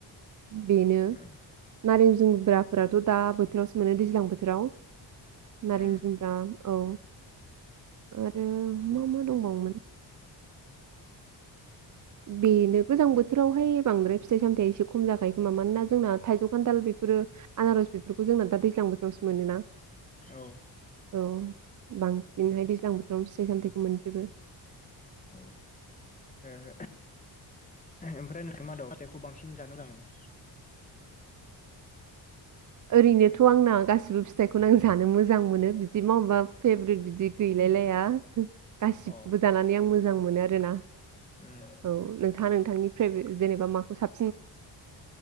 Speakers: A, on the right; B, on the left.
A: बेनो
B: उम
A: नारें जु ब्राफोराथ दा बोथोरावसो मोनो दैज्लां बोथोराव। नारें
B: उम
A: जुमब्रा औ आरो मा मा दंबावोमोन? बेनो गोजां बोथोरावहाय बांद्राय फिथाइ सामथाइ एसे खम जाखायो खोमा मानोना जोंना थाइजौ खान्थाल बेफोरो आनारस। बेफोरखौ जोंना दा दैज्लां बोथोरावसो मोनोना
B: औ
A: औ बांसिनहाय दैज्लां बोथोराव फिथाइ सामथाइखौ मोनजोबो।
B: औ <unintelligible> ओमफ्राय <unintelligible> मा फिथाइखौ बांसिन जानो मोजांं मोनो?
A: ओरैनोथ आंना गासैबो फिथाइखौनो आं जानो मोजां मोनो बिदि माबा फेभरेट बिदि गैलायलाया। गासैखौबो
B: औ
A: जानानै आं मोजां मोनो आरोना
B: उम
A: औ नोंथाङा नोंथांनि फेभे जेनेबा माखौ साब